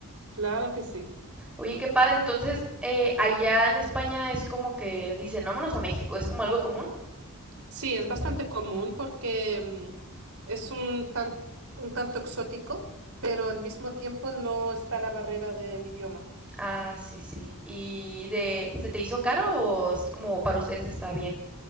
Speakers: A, on the right; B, in the centre.
A: Claro que sí.
B: Oye, qué padre. Entonces, eh, allá en España es como que dicen, vámonos a México, ¿es como algo común?
A: Sí, es bastante
B: Sí.
A: común porque mm, es un tan- un tanto exótico, pero al mismo tiempo no está la barrera del idioma.
B: Ah, sí, sí. ¿Y de, se te hizo caro o es como para ustedes está bien